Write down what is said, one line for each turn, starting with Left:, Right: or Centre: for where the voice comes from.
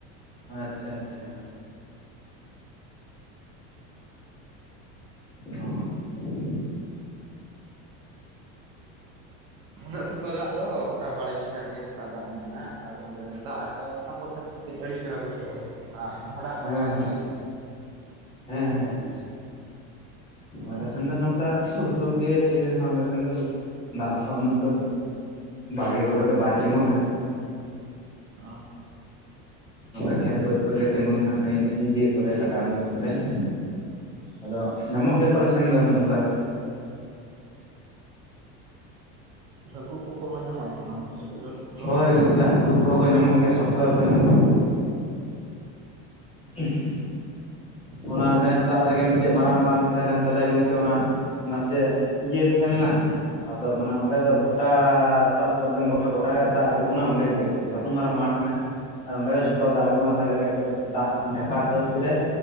Left: ᱟᱪᱪᱷᱟ ᱟᱪᱪᱷᱟ ᱾ ᱚ ᱾
Right: ᱩᱱᱟᱹᱜ ᱥᱚᱠᱛᱚ ᱫᱟᱜ ᱫᱚ ᱾ ᱜᱚᱴᱟ ᱵᱟᱲᱮᱜᱮ ᱡᱷᱟᱲᱜᱮ ᱜᱚᱴᱟ ᱫᱟᱜ ᱢᱮᱱᱟᱜᱼᱟ ᱟᱨ ᱚᱸᱰᱮ ᱫᱟᱜ ᱨᱮᱫᱚ ᱪᱷᱟᱯᱚᱞ ᱪᱷᱟ ᱠᱟᱹᱡ ᱟᱹᱲᱤᱥ ᱫᱷᱟᱹᱨᱟ ᱵᱩᱡᱷᱟᱹᱜᱼᱟ ᱰᱷᱚᱲᱟᱜ
Left: ᱦᱮᱸ
Right: ᱠᱚᱨᱮ ᱫᱚ
Left: ᱦᱮᱸ ᱦᱮᱸ
Right: ᱥᱤ
Left: ᱦᱮᱸ ᱦᱮᱸ ᱦᱮ
Right: ᱦᱚᱸ
Left: ᱟᱞᱮ ᱥᱮᱱ ᱫᱚ ᱱᱚᱝ ᱚᱱᱠᱟ ᱜᱷᱩᱴᱩ ᱜᱮ ᱛᱤᱨ ᱨᱮᱦᱚᱸ ᱟᱞᱮ ᱥᱮᱱ ᱫᱚ ᱫᱟᱜ ᱫᱚᱦᱟᱸᱜ ᱩᱱᱟᱹᱜ ᱫᱚ ᱵᱟᱲᱜᱮ ᱠᱚᱨᱮᱫ ᱫᱚ ᱵᱟᱭ ᱛᱤᱜᱩᱱᱟ᱾
Right: ᱚ,
Left: ᱱᱚᱝᱠᱟ ᱠᱷᱮᱛ ᱵᱟᱹᱫᱽ ᱠᱚᱨᱮ ᱡᱟᱦᱟ ᱛᱤᱸᱜᱩᱱᱟ ᱱᱟᱸᱜ ᱱᱟᱹᱭ ᱤᱭᱟᱹ ᱠᱚᱨᱮ ᱜᱟᱰᱟ ᱢᱩᱰᱩᱜ ᱠᱚᱨᱮ ᱾ ᱟᱫᱚ ᱧᱟᱢᱚᱜ ᱜᱮᱭᱟ ᱠᱚᱞ ᱥᱮᱱ ᱫᱚ ᱚᱱᱠᱟ ᱾
Right: ᱚ ᱦᱟᱹᱠᱩ ᱠᱚᱠᱚ ᱧᱟᱢᱚᱜ ᱟᱥᱮ ᱵᱟᱝ? ᱥᱮᱫ ᱫᱚ ᱥᱚᱠᱛᱚ?
Left: ᱦᱳᱭ ᱜᱚᱝᱠᱮ ᱦᱟᱹᱠᱩ ᱠᱚ ᱦᱟ ᱠᱚ ᱧᱟᱢᱚᱜ ᱜᱮᱭᱟ ᱥᱚᱠᱛᱚ ᱠᱚ ᱧᱟᱢᱚᱜᱼᱟ ᱾ ᱦᱩ ᱾ ᱚᱱᱟ ᱱᱮᱥ ᱫᱟᱜ ᱨᱮᱜᱮ ᱢᱤᱫᱴᱮᱡ ᱢᱟᱨᱟᱝ ᱵᱟᱱ ᱛᱟᱦᱮᱸ ᱞᱮᱱ ᱛᱟᱞᱮᱭᱟ ᱜᱚᱝᱠᱮ ᱚᱱᱟ ᱱᱟᱥᱮ ᱤᱭᱟᱹ ᱛᱟᱦᱮᱸᱞᱮᱱᱟ, ᱟᱫᱚ ᱢᱟᱱᱮ ᱚᱸᱰᱮ ᱫᱚ ᱜᱚᱴᱟ ᱥᱟᱵ ᱠᱟᱜ ᱵᱮᱱ ᱜᱚᱴᱟ ᱜᱚᱰᱟ ᱫᱟᱜ ᱟᱬᱜᱚᱱᱟ ᱚᱸᱰᱮ ᱜᱮ ᱞᱟᱹᱴᱩ ᱢᱟᱨᱟᱝ ᱢᱟᱴᱷ ᱢᱮᱱᱟᱜᱼᱟ ᱾ ᱟᱨ ᱚᱸᱰᱮ ᱜᱮ ᱡᱷᱚᱛᱚ ᱫᱟᱜ ᱟᱬᱜᱱᱟ ᱛᱟᱦᱚᱞᱮ ᱠᱷᱟᱡ ᱫᱚ ᱫᱟᱜ ᱰᱷᱟᱠᱟ ᱛᱳᱫ ᱠᱮᱫᱟᱭ,